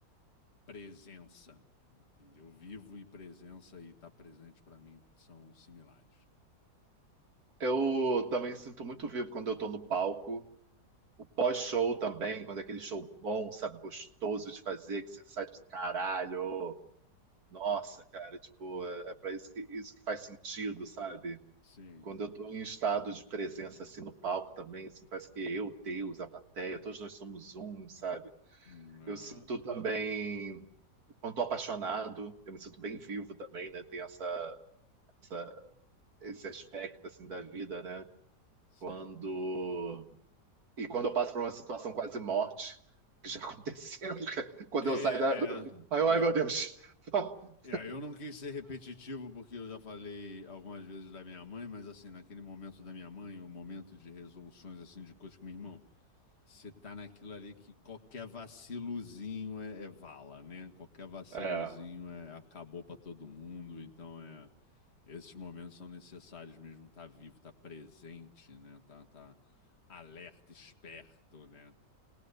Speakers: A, on the left; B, on the right.
A: presença, entendeu? Vivo e presença e estar presente para mim são similares.
B: Eu também sinto muito vivo quando eu tô no palco. O pós-show também, quando é aquele show bom, sabe, gostoso de fazer, que você sai tipo, caralho, nossa, cara, tipo, é, é para isso que isso que faz sentido, sabe?
A: Sim,
B: Quando eu tô em estado de presença assim no palco também, assim, parece que eu, Deus, a plateia, todos nós somos um, sabe?
A: Hum, é,
B: Eu sinto também Quando estou apaixonado, eu me sinto bem vivo também, né? Tem essa, essa- esse aspecto assim da vida, né?
A: sim.
B: Quando e quando eu passo por uma situação quase morte, que já aconteceu, <laughs> quando
A: É,
B: eu saio da,
A: é,
B: ai, ai
A: é,
B: meu Deus. <laughs>
A: é. Eu não quis ser repetitivo porque eu já falei algumas vezes da minha mãe, mas assim, naquele momento da minha mãe, o momento de resoluções assim de coisas com meu irmão. Você tá naquilo ali que qualquer vaciluzinho é, é vala, né? Qualquer vaciluzinho
B: É.
A: é, acabou pra todo mundo, então é esses momentos são necessários mesmo, tá vivo, tá presente, né? Tá, tá alerta, esperto, né?